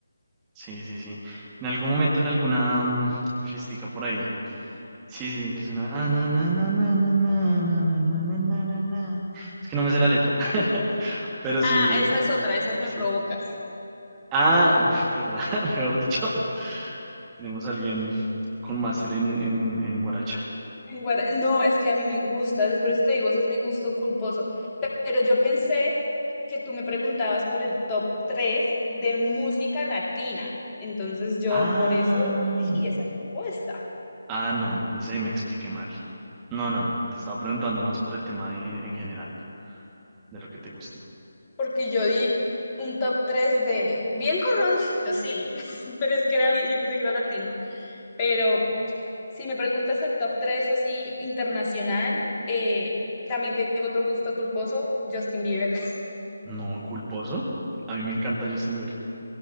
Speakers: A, on the right; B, on the left.
A: Sí, sí, sí. En algún momento, en alguna mm, fiestica por ahí, Sí, sí, sí, que es una... ah, na, na, na, na, na, na, na, na, na, na, na, na, na. Es que no me sé la letra, <laughs> pero sí,
B: Ah, esa es otra, esas me
A: sí.
B: provocas.
A: Ah, uf, pero <laughs> mejor dicho, tenemos a alguien con máster en, en, en guaracha.
B: en guara- No, es que a mí me gusta, es por eso te digo, ese es mi gusto culposo. Pe- Pero yo pensé que tú me preguntabas por el top 3 de música latina. Entonces yo
A: Ah,
B: por eso di esa respuesta,
A: ah, no, entonces ahí me expliqué mal. No, no, no, te estaba preguntando más por el tema de- en general, de lo que te gusta.
B: porque yo di un top 3 de bien corroncho, sí, <laughs> pero es que era, bien- yo pensé que era latino. Pero si me preguntas el top 3 así internacional, eh, también tengo otro gusto culposo, Justin Bieber.
A: No, culposo. A mí me encanta Justin Bieber.